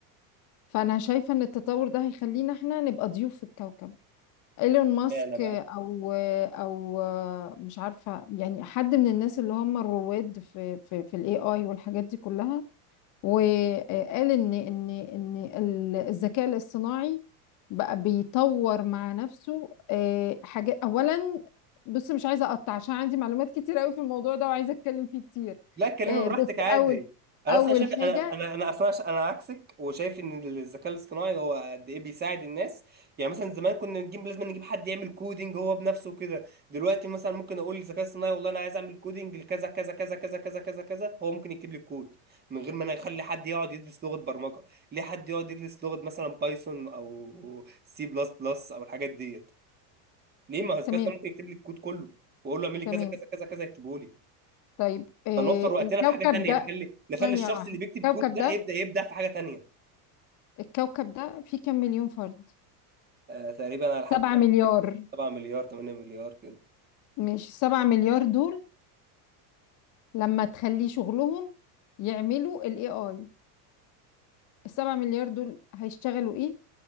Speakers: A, on the left; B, on the right.
A: فانا شايفه ان التطور ده هيخلينا احنا نبقى ضيوف في الكوكب ايلون ماسك
B: اشمعنى بقى
A: آه، او آه، او آه، مش عارفه يعني حد من الناس اللي هم الرواد في في في الاي اي والحاجات دي كلها وقال ان ان ان ال- الذكاء الاصطناعي بقى بيطور مع نفسه آه، حاجات اولا بص مش عايزه اقطع عشان عندي معلومات كتير قوي في الموضوع ده وعايزه اتكلم فيه كتير
B: لا اتكلمي
A: آه،
B: براحتك
A: بص
B: عادي
A: اول
B: انا
A: اول
B: اصلا شايف
A: حاجه
B: انا انا انا اصلا انا عكسك وشايف ان الذكاء الاصطناعي هو قد ايه بيساعد الناس يعني مثلا زمان كنا نجيب لازم نجيب حد يعمل كودينج هو بنفسه كده دلوقتي مثلا ممكن اقول للذكاء الاصطناعي والله انا عايز اعمل كودينج لكذا كذا كذا كذا كذا كذا كذا هو ممكن يكتب لي الكود من غير ما انا اخلي حد يقعد يدرس لغة برمجة ليه حد يقعد يدرس لغة مثلا بايثون او سي بلس بلس او الحاجات ديت ليه ما هو الذكاء
A: تمام
B: الاصطناعي ممكن يكتب لي الكود كله واقول له اعمل لي
A: تمام
B: كذا كذا كذا كذا يكتبه لي
A: طيب آه،
B: فنوفر وقتنا
A: الكوكب
B: في حاجه تانية
A: ده
B: نخلي نخلي
A: ثانيه
B: الشخص
A: واحده
B: اللي بيكتب
A: الكوكب
B: كود ده
A: ده
B: يبدا يبدع في حاجه تانية
A: الكوكب ده فيه كام مليون فرد
B: آه تقريبا على حد
A: سبعة
B: علمي
A: مليار
B: كده 7 مليار 8 مليار كده
A: مش سبعة مليار دول لما تخليه شغلهم يعملوا ال AI السبعة مليار دول هيشتغلوا ايه